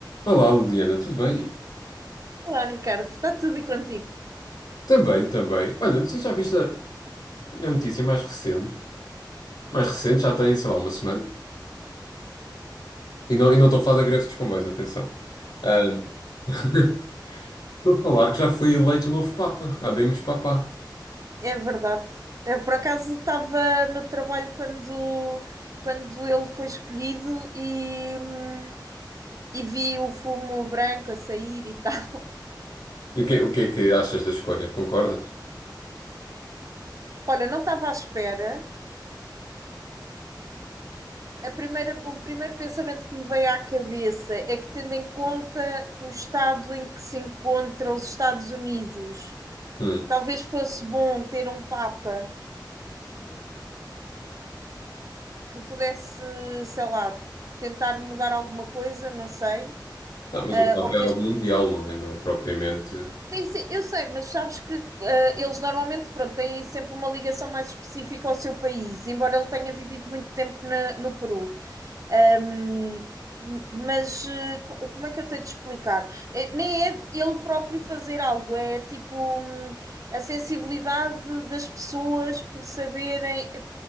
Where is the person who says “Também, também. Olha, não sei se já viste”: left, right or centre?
Left